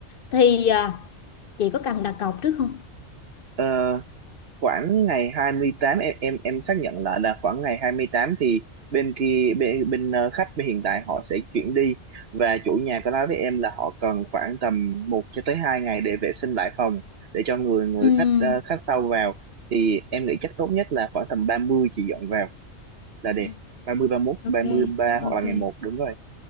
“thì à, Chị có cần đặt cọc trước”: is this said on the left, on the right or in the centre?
Left